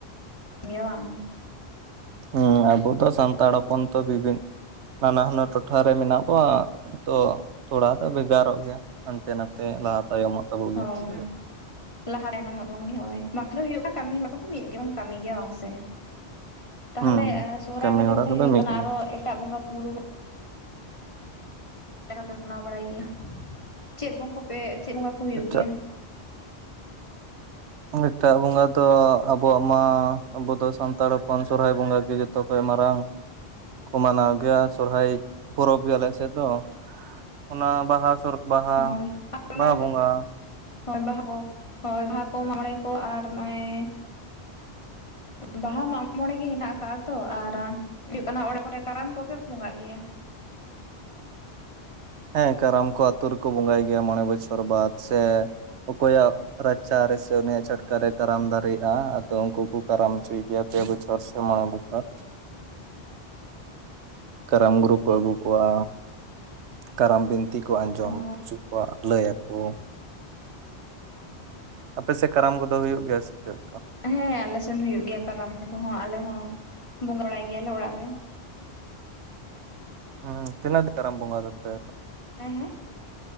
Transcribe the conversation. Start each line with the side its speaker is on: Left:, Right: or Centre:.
Left: ᱜᱮᱭᱟ ᱵᱟᱝ
Right: ᱦᱩᱸ ᱟᱵᱚ ᱛᱚ ᱥᱟᱱᱛᱟᱲ ᱦᱚᱯᱚᱱ ᱛᱚ ᱵᱤᱵᱷᱤᱱ ᱱᱟᱱᱟ ᱦᱩᱱᱟᱹᱨ ᱴᱚᱴᱷᱟ ᱨᱮ ᱢᱮᱱᱟᱜ ᱵᱚᱣᱟ ᱛᱚ ᱛᱷᱚᱲᱟ ᱫᱚ ᱵᱷᱮᱜᱟᱨᱚᱜ ᱜᱮᱭᱟ, ᱦᱟᱱᱛᱮ ᱱᱟᱛᱮ ᱞᱟᱦᱟ ᱛᱟᱭᱚᱢᱚᱜ ᱛᱟᱵᱚᱱ
Left: ᱦᱳᱭ
Right: ᱜᱮᱭᱟ ᱥᱮ᱾
Left: ᱞᱟᱦᱟ ᱛᱟᱭᱱᱚᱢᱚᱜ ᱵᱚᱱ ᱜᱮᱭᱟ ᱦᱳᱭ ᱵᱟᱝᱠᱷᱟᱱ ᱫᱚ ᱦᱩᱭᱩᱜ <inaudible> ᱠᱟᱹᱢᱤ ᱦᱚᱨᱟ ᱠᱚᱫᱚ ᱢᱤᱫ ᱜᱮ ᱵᱚᱱ ᱠᱟᱹᱢᱤᱭ ᱜᱮᱭᱟ ᱵᱟᱝ ᱥᱮ᱾ ᱛᱟᱦᱚᱞᱮ
Right: ᱦᱩᱸ
Left: ᱥᱚᱦᱨᱟᱭ
Right: ᱠᱟᱹᱢᱤ
Left: ᱵᱟᱫᱟᱞ
Right: ᱦᱚᱨᱟ
Left: ᱛᱮ
Right: ᱠᱚᱫᱚ
Left: ᱦᱩᱭᱩᱜ
Right: ᱢᱤᱫ
Left: ᱠᱟᱱᱟ
Right: ᱜᱮᱭᱟ
Left: ᱟᱨᱚ ᱮᱴᱟᱜ ᱵᱚᱸᱜᱟ ᱵᱩᱨᱩ ᱠᱚ <inaudible> ᱢᱟᱱᱟᱣ ᱵᱟᱲᱟᱭ ᱜᱮᱭᱟ, ᱪᱮᱜ ᱵᱚᱸᱜᱟ ᱠᱚ ᱯᱮ ᱪᱮᱫ ᱵᱚᱸᱜᱟ ᱠᱚ ᱦᱩᱭᱩᱜ
Right: ᱮᱴᱟᱜ
Left: ᱜᱮᱭᱟ?
Right: ᱮᱴᱟᱜ ᱵᱚᱸᱜᱟ ᱫᱚ ᱟᱵᱚᱣᱟᱜ ᱢᱟ ᱟᱵᱚ ᱫᱚ ᱥᱟᱱᱛᱟᱲ ᱦᱚᱯᱚᱱ ᱥᱚᱨᱦᱟᱭ ᱵᱚᱸᱜᱟ ᱜᱤ ᱡᱚᱛᱚ ᱠᱚᱭ ᱢᱟᱨᱟᱝ ᱠᱚᱢᱟᱱᱟᱣ ᱜᱮᱭᱟ ᱥᱚᱨᱦᱟᱭ ᱯᱚᱨᱚᱵ ᱜᱮ ᱟᱞᱮ ᱥᱮᱫ ᱫᱚ ᱚᱱᱟ ᱵᱟᱦᱟ ᱥᱚᱨ ᱵᱟᱦᱟ,
Left: ᱦᱳᱭ ᱟᱨ ᱚᱱᱟ
Right: ᱵᱟᱦᱟ ᱵᱚᱸᱜᱟ
Left: ᱦᱳᱭ ᱵᱟᱦᱟ ᱠᱚ ᱦᱳᱭ ᱵᱟᱦᱟ ᱠᱚ, ᱢᱟᱜᱢᱚᱬᱮ ᱠᱚ ᱟᱨ ᱱᱚᱜᱚᱭ ᱵᱟᱦᱟ ᱢᱟᱜᱢᱚᱬᱮ ᱜᱮ ᱦᱮᱱᱟᱜ ᱟᱠᱟᱜ-ᱟ ᱛᱚ ᱟᱨ ᱦᱩᱭᱩᱜ ᱠᱟᱱᱟ ᱚᱲᱟᱜ ᱠᱚᱨᱮ ᱠᱟᱨᱟᱢ <unintelligible> ᱵᱚᱸᱜᱟᱜ ᱜᱮᱭᱟ᱾
Right: ᱦᱮᱸ ᱠᱟᱨᱟᱢ ᱠᱚ ᱟᱹᱛᱩ ᱨᱮᱠᱚ ᱵᱚᱸᱜᱟᱭ ᱜᱮᱭᱟ ᱢᱚᱬᱮ ᱵᱚᱪᱷᱚᱨ ᱵᱟᱫ ᱥᱮ ᱚᱠᱚᱭᱟᱜ ᱨᱟᱪᱟ ᱨᱮ ᱥᱮ ᱩᱱᱤᱭᱟᱜ ᱪᱷᱟᱹᱴᱠᱟ ᱨᱮ ᱠᱟᱨᱟᱢ ᱫᱟᱨᱮᱜ-ᱟ ᱟᱫᱚ ᱩᱝᱠᱩ ᱠᱚ ᱠᱟᱨᱟᱢ ᱪᱩᱭ ᱜᱮᱭᱟ᱾ ᱯᱮ ᱵᱚᱪᱷᱚᱨ ᱥᱮ ᱢᱚᱬᱮ ᱵᱚᱪᱷᱚᱨ ᱠᱟᱨᱟᱢ ᱜᱩᱨᱩ ᱠᱚ ᱟᱹᱜᱩ ᱠᱚᱣᱟ, ᱠᱟᱨᱟᱢ ᱵᱤᱱᱛᱤ ᱠᱚ ᱟᱸᱡᱚᱢ
Left: ᱚ
Right: ᱚᱪᱚ ᱠᱚᱣ-ᱟ᱾ ᱞᱟᱹᱭᱟᱠᱚ᱾ ᱟᱯᱮ ᱥᱮᱫ ᱠᱟᱨᱟᱢ ᱠᱚᱫᱚ ᱦᱩᱭᱩᱜ ᱜᱮᱭᱟ ᱥᱮ ᱪᱮᱫ ᱞᱮᱠᱟ?
Left: ᱦᱮᱸ ᱟᱞᱮ ᱥᱮᱱ ᱦᱩᱭᱩᱜ ᱜᱮᱭᱟ ᱠᱟᱨᱟᱢ ᱠᱚᱦᱚᱸ ᱟᱞᱮ ᱦᱚᱸ ᱵᱚᱸᱜᱟ ᱵᱟᱲᱟᱭ ᱜᱮᱭᱟᱞᱮ ᱚᱲᱟᱜ ᱨᱮ᱾
Right: ᱦᱩᱸ ᱛᱤᱱᱟᱹᱜ ᱫᱤᱱ <unintelligible> ᱵᱚᱸᱜᱟ ᱫᱚ ᱯᱮ
Left: ᱦᱮᱸ ᱦᱮᱸ